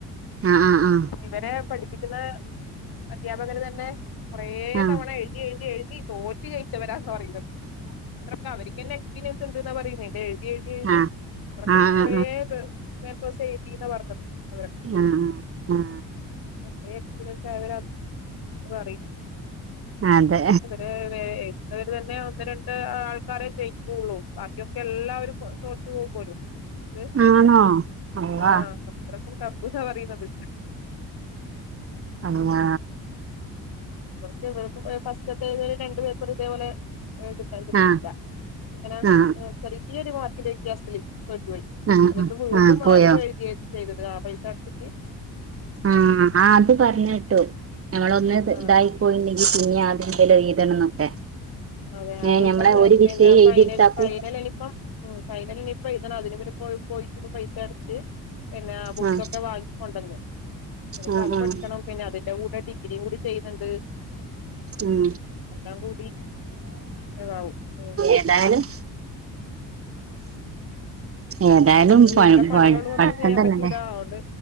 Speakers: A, on the right (about 35°); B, on the left (about 60°).
A: ആ ആ
B: ഇ ഇത് വരെ പഠിപ്പിക്കുന്ന അധ്യാപകര് തന്നെ കൊറേ
A: ആ ആ ആ
B: തവണ എഴുതി എഴുതി എഴുതി തോറ്റ് ജയിച്ചവരാന്ന പറയുന്നത് ഇത്രൊക്ക അവര് ക്കന്നെ എക്സ്പീരിയൻസ് ഒണ്ട്ന്നാ പറയുന്നെ ഇത് എഴുതി എഴുതി എഴുതി
A: ആ ആ ആ
B: കൊറച്ചൂടി
A: ആ
B: കൊറേ പേ പേപ്പർസ് എഴതീന്ന പറഞ്ഞത് അവര്
A: ഉം ഉം ഉം
B: അത്രേ എക്സ്പീരിയൻസ് ആയവരാ എന്ന് പറയ്
A: അതെ
B: എന്ന് ഇവര് വെ എഴുതുന്നവര് തന്നെ ഒന്ന് രണ്ട് ആൾക്കാരെ ജെയ്യ്ക്കുള്ളൂ ബാക്കിയൊക്കെ എല്ലാവരും തൊ തോറ്റ് പോകും പോലും, ത്
A: ആണോ അള്ളാ
B: ആഹ് സ അത്രക്കും ടഫ്ന്നാ പറയ്ന്നത്
A: അങ്ങാ
B: സത്യ ഇവര്ക്കും അ ഫസ്റ്റത്തെ ഏതേലും രണ്ട് പേപ്പർ ഇതേപലെ <unintelligible> ക്കത് കട്ടീട്ടില്ല
A: ആഹ്
B: അങ്ങന
A: ആഹ്
B: അ ചെറിയൊര് മാർക്കിന്റെ വ്യത്യാസത്തില് തോറ്റ് പോയി
A: ആഹ് ആഹ്
B: അതിപ്പോ വീണ്ടും
A: ആഹ് പോയോ
B: ആദ്യം എഴുതിയത് ചെയ്തത് ആ പൈസ അടച്ചിട്ട്
A: ആഹ് അ അത് പറഞ്ഞ കെട്ടു അവളൊന്ന് ത്
B: ആഹ്
A: ഇതായി പോയില്ലെങ്കി പിന്നേം ആദ്യം മുതൽ എഴുതണം എന്നൊക്കെ
B: അതെ അവനിപ്പം
A: ഏഹ് ഞമ്മളെ ഒരു
B: പിന്നെ
A: വിഷയം എഴുതിയെടുത്താക്കും
B: ഫൈനൽ ഫൈനലനിപ്പം ഉം ഫൈനൽ ഇനിയിപ്പോ എഴുതണം അതിന് പിന്നെ പോയി പോയിട്ട് ഇപ്പ പൈസ അടച്ച് പിന്നെ ബുക്സ്ഒക്കെ
A: ആഹ്
B: വാങ്ങി കൊണ്ടന്നു ഇനിപ്പോ
A: ആഹ്
B: അത്
A: ആഹ്
B: പഠിക്കണം പിന്നെ അതിന്റെ കൂടെ ഡിഗ്രിയും കൂടി ചെയ്യുന്നുണ്ട്
A: ഉം
B: എല്ലാം കൂടി എവാവൂ അ്
A: എതായാലും ഏതായാലും പൺ
B: വീട്ടിലെ പണികളും
A: പട്
B: ഒന്നും
A: പഠിത്തം
B: ചെയ്യാൻ
A: തന്നെല്ലേ
B: പറ്റൂല അതുകൊണ്ട്